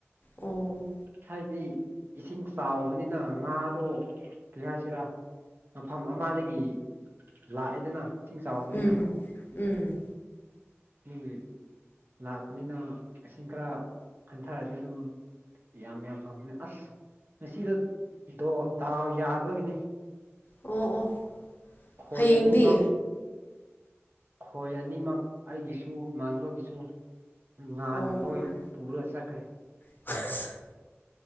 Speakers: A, on the left; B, on the right.
A: ꯑꯣ
B: ꯍꯥꯏꯕꯗꯤ ꯏꯁꯤꯡ ꯆꯥꯎꯕꯅꯤꯅ ꯉꯥꯗꯣ ꯀꯩ ꯍꯥꯏꯁꯤꯔꯥ ꯃꯐꯝ ꯑꯃꯗꯒꯤ ꯂꯥꯛꯑꯦꯗꯅ ꯏꯁꯤꯡ ꯆꯥꯎꯕꯅꯤꯅ
A: ꯎꯝ ꯎꯝ
B: ꯑꯗꯨꯒꯤ ꯂꯥꯛꯄꯅꯤꯅ ꯏꯁꯤꯡ ꯈꯔ ꯍꯟꯊꯔꯗꯤ ꯑꯗꯨꯝ ꯌꯥꯝ ꯌꯥꯝ ꯐꯕꯅꯦ ꯑꯁ ꯉꯁꯤꯗ ꯗꯣ ꯗꯥꯎ ꯌꯥꯕꯒꯤꯅꯤ
A: ꯑꯣ ꯑꯣ
B: ꯈꯣꯏ
A: ꯍꯌꯦꯡꯗꯤ
B: ꯑꯅꯤꯃꯛ ꯈꯣꯏ ꯑꯅꯤꯃꯛ ꯑꯩꯒꯤꯁꯨ ꯏꯃꯥꯟꯅꯕꯒꯤꯁꯨ ꯉꯥꯟꯅ
A: ꯑꯣ
B: ꯂꯣꯏ ꯄꯨꯔꯥ ꯆꯠꯈꯔꯦ
A: <unintelligible>